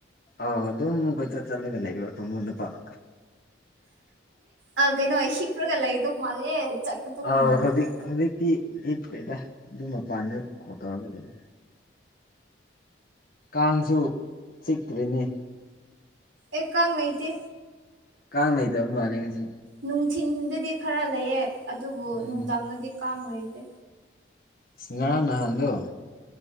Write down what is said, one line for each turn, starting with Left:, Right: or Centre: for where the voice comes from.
Left: ꯑꯥꯎ ꯑꯗꯨꯝ ꯀꯣꯏꯆꯠ ꯆꯠꯂꯒ ꯂꯩꯕ ꯐꯥꯃꯨꯡꯗ ꯀꫭ
Right: ꯑꯥ ꯀꯩꯅꯣ ꯍꯤꯞꯄ꯭ꯔꯒ ꯂꯩꯗꯧ ꯃꯥꯜꯂꯦ ꯆꯠꯀꯗꯧ
Left: ꯑꯥ
Right: ꯃꯥꯟꯗꯕ
Left: ꯍꯧꯖꯤꯛ ꯍꯧꯖꯤꯛꯇꯤ ꯍꯤꯞꯇꯔꯗ ꯑꯗꯨꯝ ꯃꯄꯥꯟꯗ ꯀꯣꯜ ꯇꯧꯔꯒ ꯂꯩ ꯀꯥꯡꯁꯨ ꯆꯤꯛꯇ꯭ꯔꯤꯅꯤ
Right: ꯑꯦ ꯀꯥꯪ ꯉꯩꯇꯦ
Left: ꯀꯥꯡ ꯂꯩꯇꯕ ꯃꯥꯜꯂꯦ ꯉꯁꯤ
Right: ꯅꯨꯡꯊꯤꯤꯟꯗꯗꯤ ꯈꯔ ꯂꯩꯌꯦꯦ ꯑꯗꯨꯕꯨ
Left: ꯎꯝ
Right: ꯅꯨꯡꯗꯥꯡꯗꯗꯤ ꯀꯥꯡ ꯂꯩꯇꯦ
Left: ꯁꯤ ꯉꯔꯥꯡ ꯅꯍꯥꯟꯗ